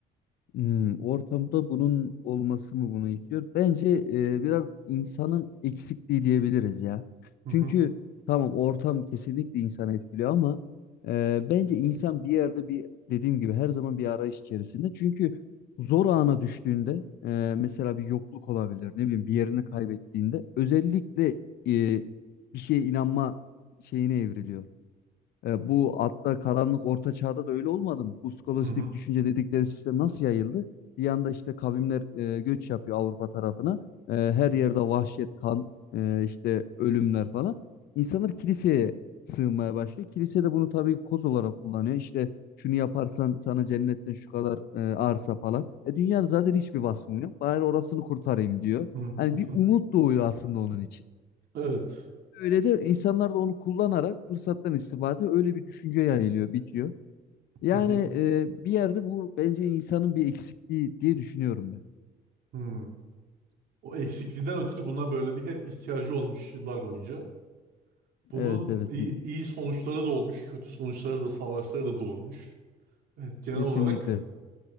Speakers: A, on the left; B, on the right.
A: Hmm, ortamda bunun olması mı bunu itiyor? Bence e, biraz insanın eksikliği diyebiliriz ya.
B: Hı
A: Çünkü
B: hı
A: tamam ortam kesinlikle insanı etkiliyor ama e, bence insan bir yerde bir dediğim gibi her zaman bir arayış içerisinde. Çünkü zor ana düştüğünde e, mesela bir yokluk olabilir ne bileyim bir yerini kaybettiğinde özellikle e, bir şeye inanma şeyine evriliyor. E, bu hatta karanlık orta çağda da öyle olmadı mı? Bu skolastik
B: hı hı.
A: düşünce dedikleri sistem nasıl yayıldı? Bir yanda işte kavimler e, göç yapıyor Avrupa tarafına. E, her yerde vahşet, kan, e, işte ölümler falan. İnsanlar kiliseye sığınmaya başlıyor. Kilise de bunu tabii koz olarak kullanıyor. İşte şunu yaparsan sana cennetten şu kadar e, arsa falan. E, dünyada zaten hiçbir vasfım yok. Bari orasını kurtarayım diyor.
B: hı.
A: Hani
B: <laughs>
A: bir umut doğuyor aslında onun için.
B: Evet.
A: Öyle de insanlar da onu kullanarak fırsattan istifade öyle bir düşünce yayılıyor, bitiyor. Yani
B: Hı hı.
A: e, bir yerde bu bence insanın bir eksikliği diye düşünüyorum ben.
B: hı. O eksikliğinden ötürü buna böyle bir hep ihtiyacı olmuş yıllar boyunca. Bunun
A: Evet evet
B: iyi,
A: mu-
B: iyi sonuçları da olmuş, kötü sonuçları da, savaşları da doğurmuş. Evet, genel
A: kesinlikle.
B: olarak